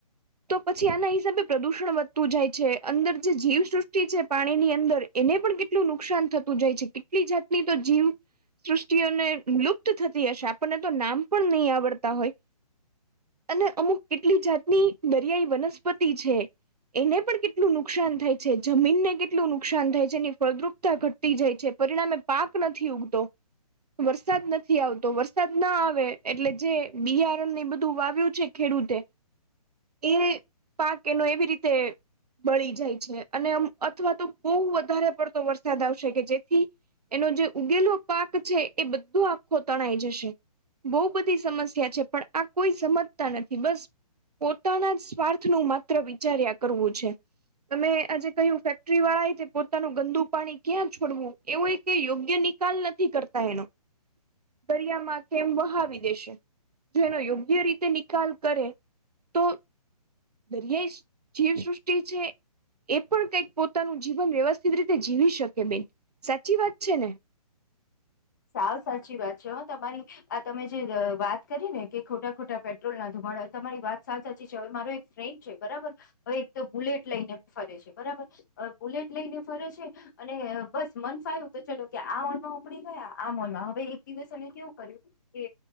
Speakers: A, on the right; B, on the left.
A: તો પછી આના હિસાબે પ્રદુષણ વધતું જાય છે અંદર જે જીવસૃષ્ટિ છે પાણી ની અંદર એને પણ કેટલું નુકસાન થતું જાય છે કેટલી જાતની તો જીવ સૃષ્ટિઓને લુપ્ત થતી હશે આપણને તો નામ પણ નહી આવડતા હોય અને અમુક કેટલી જાતની દરિયાઈ વનસ્પતિ છે એને પણ કેટલું નુકસાન થાય છે જમીનને કેટલું નુકસાન થાય છે એની ફળદ્રુપ ઘતી જાય છે પરિણામે પાક નથી ઉગતો, વરસા વરસાદ નથી આવતો વરસાદ ના આવે એટલે જે બિયારણ ની બધું વાવ્યું છે ખેડૂતે.
B: <inaudible>
A: એ પાક એનો એવી રીતે બળી જાય છે અને અથવા તો બહુ વધારે પડતો વરસાદ આવશે કે જેથી એનો જે ઉગેલો પાક છે એ બધો આખો તણાઈ જશે. બહુ બધી સમસ્યા છે પણ આ કોઈ સમજતા નથી બસ પોતાના જ સ્વાર્થ ન માત્ર વિચાર્યા કરવું છે. તમે આજે કહ્યું ફેક્ટરી વાળા એ પોતાનું ગંદુ પાણી ક્યાં છોડવું. એવો કે યોગ્ય નિકાલ નથી કરતા એનો. દરિયામાં કેમ વહાવી દેશે. જેનો યોગ્ય રીતે નિકાલ કરે, તો દરિયાઈ જીવસૃષ્ટિ છે. એ પણ કઈક પોતાનું જીવન વ્યવસ્થિત રીતે જીવી શકે બેન, સાચી વાત છે ને?
B: સાવ સાચી વાત છે હ તમારી, આ તમે જે વાત કરી ને. કે ખોટા ખોટા પેટ્રોલ ના ધુમાડા તમારી વાત સાવ સાચી છે હવે મારો એક ફ્રેન્ડ છે બરાબર હવે એક તો બુલેટ લઈને ફરે છે બરાબર. બુલેટ લઈને ફરે છે, અને બસ મન ફાયું તો ચલો કે આ ઓમાં ઉપડી ગયા. આમનમાં હવે એક દિવસ અ કેવું કર્યું, કે